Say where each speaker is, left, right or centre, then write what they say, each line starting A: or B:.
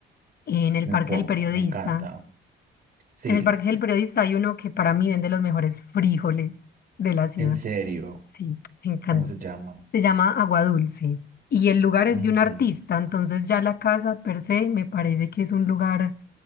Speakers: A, on the left; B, on the right.
A: en el
B: Me
A: Parque
B: importa,
A: del Periodista.
B: me encanta. Sí,
A: En el Parque del Periodista hay uno que para mí vende los mejores frijoles de la ciudad.
B: en serio,
A: Sí, me encanta.
B: ¿cómo se llama?
A: Se llama Agua Dulce y el lugar es
B: Ujú,
A: de un artista, entonces ya la casa per se me parece que es un lugar